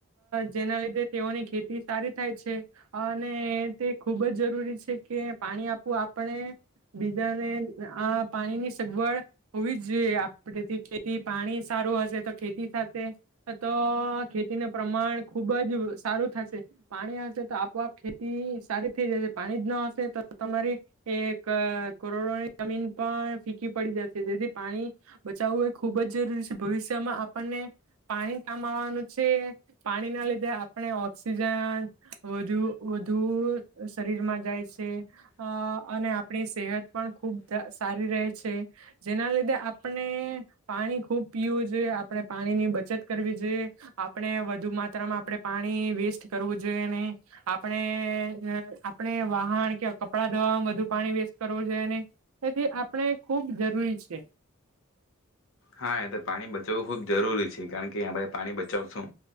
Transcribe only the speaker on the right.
જેના લીધે તેઓની ખેતી સારી થાય છે. અને તે ખૂબ જ જરૂરી છે કે, પાણી આપવું આપણે બીજાને આ પાણીની સગવડ હોવી જ જોઈએ, આપણેથી ખેતી પાણી સારું હશે તો ખેતી થશે તો ખેતી ન પ્રમાણ ખૂબ જ સારું થશે, પાણી હશે તો આપોઆપ ખેતી સારી થઈ જશે, પાણી જ ના હશે તો તમારી એક કરોડોની જમીન પણ ફીકી પડી જશે, જેથી પાણી બચાવવું એ ખુબ જ જરૂરી છે, ભવિષ્યમાં આપણને પાણી કામ આવવાનું છે પાણી ના લીધે આપણે ઓક્સિજન વધુ વધુ શરીરમાં જાય છે. અ અને આપણી સેહત પણ ખુબ સારી રહે છે. જેના લીધે આપણે પાણી ખુબ પીવું જોઈએ, આપણે પાણીની બચત કરવી જોઈએ, આપણે વધું માત્રામાં આપણે પાણી વેસ્ટ કરવું જોઈ નહીં, આપણે આપણે વાહણ કે કપડાં ધોવામાં વધુ પાણી વેસ્ટ કરવું જોઈએ નહી, એથી આપણે ખુબ જરૂરી છે.